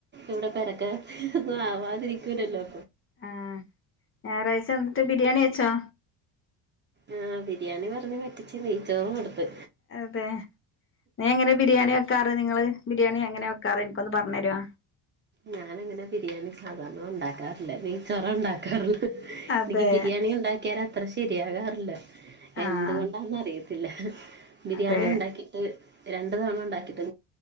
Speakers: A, on the right (about 25°); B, on the left (about 30°).
A: ഇവിടെ പേരക്കകത്തു ഒന്നും, ആവാതിരിക്കൂലല്ലോ.
B: ആഹ് ഞായറാഴ്ച്ച ന്നിട്ട് ബിരിയാണി വെച്ചോ.
A: ആഹ് ബിരിയാണി പറഞ്ഞ് പറ്റിച്ച്. നെയ്ച്ചോറ് കൊടുത്ത്.
B: അതെ നീ എങ്ങനെ ബിരിയാണി വെക്കാറ് നിങ്ങള്, ബിരിയാണി എങ്ങനെ വെക്കാറ്, ൻക്കൊന്ന് പറഞ്ഞെരേ.
A: ഞാനങ്ങനെ ബിരിയാണി സാധാരണ ഉണ്ടാക്കാറില്ല. നെയ്ച്ചോറാ ഉണ്ടാക്കാറ്.
B: അതെ
A: നിക്ക് ബിരിയാണി ഉണ്ടാക്കിയാല് അത്ര ശരിയാകാറില്ല.
B: ആഹ്
A: എന്തുകൊണ്ടാന്നറി ല്ലഹ്, ബിരിയാണി
B: അതെ
A: ഉണ്ടാക്കി. അ് രണ്ട് തവണ ണ്ടാക്കിയിട്ട്